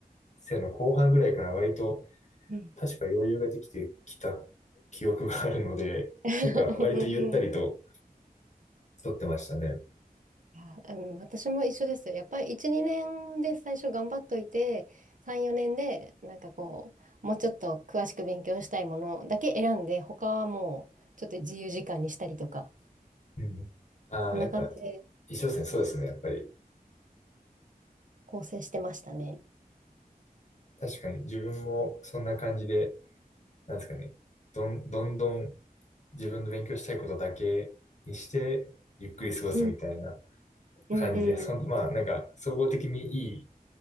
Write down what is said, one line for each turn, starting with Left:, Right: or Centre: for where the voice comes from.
Left: 生の後半ぐらいから割と
Right: うん。
Left: 確か余裕ができてきた記憶があるので、
Right: <laughs>
Left: なんか割とゆったりと
Right: うんうん
Left: 撮ってましたね。
Right: いや、うん、私も一緒ですよ。やっぱり1、2年で最初頑張っといて、3、4年でなんかこう、もうちょっと詳しく勉強したいものだけ選んで、他はもうちょっと自由時間にしたりとか、
Left: うん。ああ、
Right: そんな感じで
Left: やっぱ一緒ですね。そうですね。やっぱり
Right: 構成してましたね。
Left: 確かに自分もそんな感じで、なんですかね。どん、どんどん自分の勉強したいことだけにしてゆっくり過ごすみたいな
Right: うんうんうん。
Left: 感じで、そん、まあなんか総合的にいい